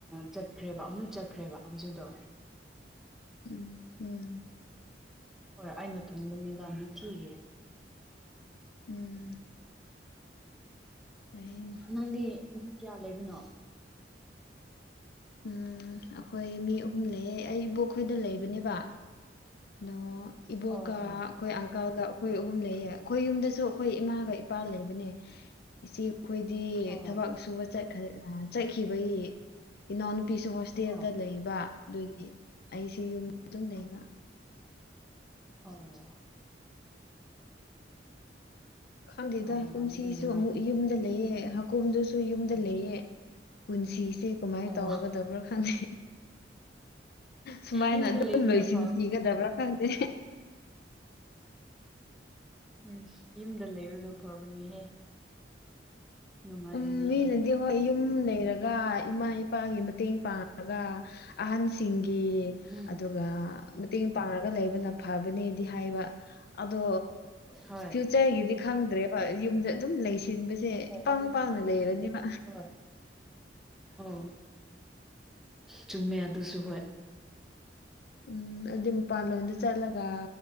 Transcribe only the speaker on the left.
ꯎꯝ ꯎꯝ
ꯎꯝ ꯑꯩ
ꯎꯝ ꯑꯩꯈꯣꯏ ꯃꯤ ꯑꯍꯨꯝ ꯂꯩꯌꯦ ꯑꯩ ꯏꯕꯣꯛ ꯈꯣꯏꯗ ꯂꯩꯕꯅꯦꯕ ꯅꯣ ꯏꯕꯣꯛꯀ
ꯑꯩꯈꯣꯏ ꯑꯪꯀꯜꯒ ꯑꯩꯈꯣꯏ ꯑꯍꯨꯝ ꯂꯩꯌꯦ ꯑꯩꯈꯣꯏ ꯌꯨꯝꯗꯁꯨ ꯑꯩꯈꯣꯏ ꯏꯃꯥꯒ ꯏꯄꯥ ꯂꯩꯕꯅꯦ ꯏꯆꯦ ꯑꯩꯈꯣꯏꯗꯤ
ꯊꯕꯛ ꯁꯨꯕ ꯆꯠꯈ ꯑ ꯆꯠꯈꯤꯕꯒꯤ ꯏꯅꯥꯎꯅꯨꯄꯤꯁꯨ ꯍꯣꯁ ꯇꯦꯜꯗ
ꯂꯩꯕ ꯑꯗꯨꯒꯤ ꯑꯩꯁꯤ ꯌꯨꯝꯗ ꯑꯗꯨꯝ ꯂꯩꯕ
ꯈꯪꯗꯦꯗ
ꯀꯨꯝꯁꯤꯁꯨ
ꯑꯃꯨꯛ ꯌꯨꯝꯗ ꯂꯩꯌꯦ ꯍꯀꯨꯝꯗꯨꯁꯨ ꯌꯨꯝꯗ ꯂꯩꯑꯦ ꯄꯨꯟꯁꯤꯁꯦ ꯀꯃꯥꯏ
ꯇꯧꯒꯗꯕ꯭ꯔꯥ ꯈꯪꯗꯦ ꯁꯨꯃꯥꯏꯅ
ꯑꯗꯨꯝ
ꯂꯣꯏꯁꯤꯟꯈꯤꯒꯗꯕ꯭ꯔꯥ
ꯈꯪꯗꯦ
ꯎꯝ ꯃꯤꯅꯗꯤ ꯍꯣꯏ ꯌꯨꯝ ꯂꯩꯔꯒ ꯏꯃꯥ ꯏꯄꯥꯒꯤ ꯃꯇꯦꯡ ꯄꯥꯡꯉꯒ ꯑꯍꯟꯁꯤꯡꯒꯤ
ꯑꯗꯨꯒ ꯃꯇꯦꯡ ꯄꯥꯡꯔꯒ ꯂꯩꯕꯅ ꯐꯕꯅꯦꯗꯤ ꯍꯥꯏꯕ ꯑꯗꯣ
ꯄꯣꯠꯆꯩꯒꯤꯗꯤ ꯈꯪꯗ꯭ꯔꯦꯕ ꯌꯨꯝꯗ ꯑꯗꯨꯝ ꯂꯩꯁꯤꯟꯕꯁꯦ ꯏꯄꯥꯡ
ꯄꯥꯡꯅ ꯂꯩꯔꯅꯦꯕ
ꯎꯝ ꯑꯗꯨꯏ ꯃꯄꯥꯥꯜ ꯂꯣꯝꯗ ꯆꯠꯂꯒ